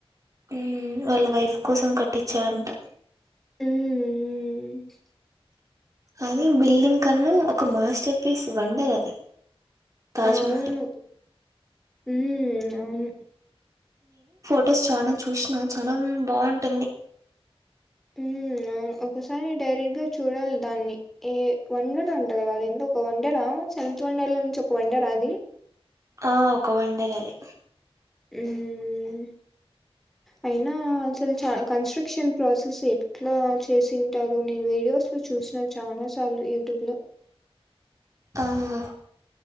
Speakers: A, on the right (about 30°); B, in the centre.
A: హ్మ్ వాళ్ళ వైఫ్ కోసం కట్టించాడంట.
B: హ్మ్ మ్మ్ మ్మ్
A: అది బిల్డింగ్ కన్నా ఒక మాస్టర్ పీస్ వండర్ అది తాజ్మహల్
B: అవును హ్మ్ అవును
A: అటస్ చానా చూసినా చానా బావుంటుంది.
B: హ్మ్ అవును ఒకసారి డైరెక్ట్ గా చూడాలి దాన్ని ఏ వండర్ అంట కదా అది ఏందో ఒక వండరా సెవెంత్ వండర్ లో నుంచి ఒక వండరా అది
A: ఆ ఒక వండర్ అది
B: ఊ ఉ అయినా అసలు చాన కన్స్ట్రక్షన్ ప్రాసెస్ ఎట్లా చేసింటారు. నేను వీడియోస్ లో చూసిన చాలా సార్లు యూట్యూబ్ లో.
A: ఆహ